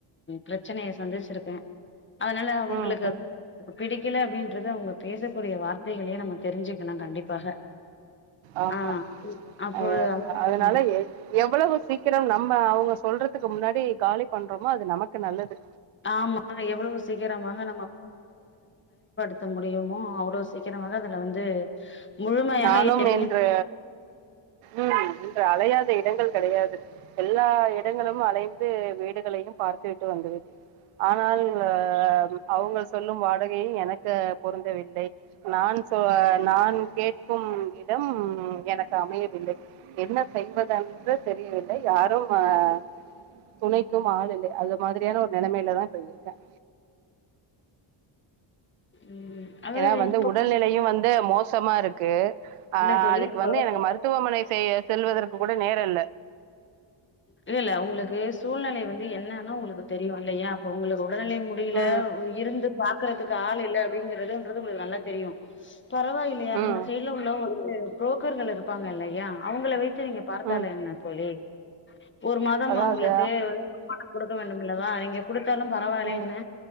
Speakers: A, on the left; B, on the right.
A: பிரச்சனைய சந்திச்சிருக்கே அதனால அவுங்களுக்கு
B: ம் ம்
A: பிடிக் புடிக்கல அப்படின்றது அவுங்க பேசக்கூடிய வார்த்தைகளையே நம்ம தெரிஞ்சுக்கலா கண்டிப்பாக
B: ஆமா
A: ஆ அப்பொழுது
B: அ அதனால
A: ம்
B: எவ்வளவு சீக்கிரம் நம்ம அவுங்க சொல்றதுக்கு முன்னாடி காலி பண்றோமோ அது நமக்கு நல்லது
A: ஆமா எவ்வளவு சீக்கிரமாக த்த முடியுமோ அவ்வளோ சீக்கிரமாக அதுல வந்து முழுமையாக
B: நானும்
A: இறங்கி
B: இன்று உம் உம் இந்த அலையாத இடங்கள் கெடையாது எல்லா இடங்களும் அலைந்து வீடுகளையும் பார்த்து விட்டு வந்துவிட்டேன் ஆனால் அ அவுங்க சொல்லும் வாடகையும் எனக்கு பொருந்தவில்லை நான் சொ நான் கேக் <unintelligible> இடம் உம் எனக்கு அமையவில்லை என்ன செய்வதன்ற தெரியவில்லை யாரும் அஹ் துணைக்கும் ஆள் இல்லை அது மாதிரியான ஒரு நெலைமையிலதான் இப்ப இருக்கேன்
A: ம் அதாவது
B: ஏன்னா வந்து
A: இப்போ
B: உடல்நெலையும் வந்து மோசமா இருக்கு அஹ்
A: இல்ல தோழி
B: அதுக்கு
A: இப்ப
B: வந்து எனக்கு மருத்துவமனை சேய செல்வதற்கு கூட நேரோ இல்ல
A: இல்ல இல்ல உங்களுக்கு சூழ்நிலைய வந்து என்னன்னு உங்களுக்கு தெரியு இல்லையா அப்ப உங்களுக்கு உடல்நிலை முடியல
B: ம்
A: இருந்து பாக்கறதுக்கு ஆள் இல்ல அப்படிங்கிறதுன்றது உங்களுக்கு நல்லா தெரியும் பரவாயில்லையா
B: ம்
A: அந்த சைடுல உள்ள ஒ இது புரோக்கர்கள் இருப்பாங்க இல்லையா அவுங்களை வைத்து நீங்க பார்த்தால்
B: ம்
A: என்ன தோழி ஒரு மாதம்
B: அதான்
A: அவுங்களுக்கு
B: அது
A: வருமானம் குடுக்க வேண்டும் உள்ளதா அவீங்க கொடுத் குடுத்தாலும் பரவாயில்லைன்னே
B: ம்